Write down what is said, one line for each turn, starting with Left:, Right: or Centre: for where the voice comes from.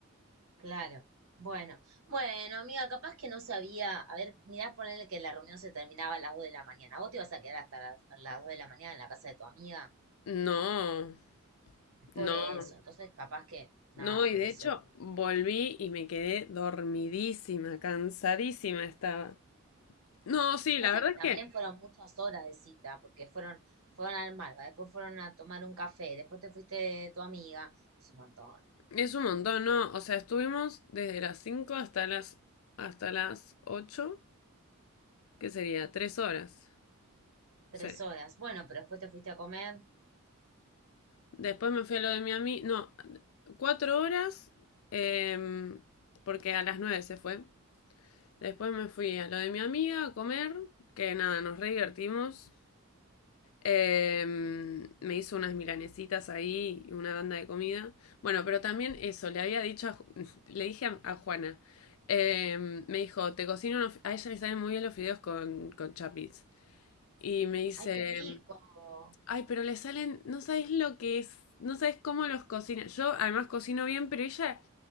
Right: Claro. Bueno, bueno, amiga, capaz que no sabía. A ver, mirá, ponerle que la reunión se terminaba a las 2 de la mañana. Vos te ibas a quedar hasta las, las 2 de la mañana en la casa de tu amiga.
Left: No,
Right: Por
Left: no,
Right: eso, entonces capaz que, nada,
Left: no, y
Right: por
Left: de
Right: eso.
Left: hecho
Right: lo-
Left: volví y me quedé dormidísima, cansadísima estaba. No, sí,
Right: Pasa
Left: la verdad
Right: que también
Left: es que
Right: fueron muchas horas de cita, porque fueron, fueron al Malva, después fueron a tomar un café, después te fuiste de tu amiga. Es un montón.
Left: es un montón, ¿no? O sea, estuvimos desde las 5 hasta las, hasta las ocho que sería 3 horas.
Right: Tres
Left: Sí.
Right: horas. Bueno, pero después te fuiste a comer.
Left: Después me fui a lo de Miami. No, cuatro horas, em, porque a las nueve se fue. Después me fui a lo de mi amiga a comer, que nada, nos re divertimos. Em, me hizo unas milanesitas ahí y una banda de comida. Bueno, pero también eso, le había dicho a <laughs> le dije a, a Juana, em, me dijo, te cocino, unos- a ella le salen muy bien los fideos con, con chapis. Y me dice,
Right: ¡Ay, qué rico!
Left: Ay, pero le salen, no sabes lo que es, no sabes cómo los cocina. Yo además cocino bien, pero ella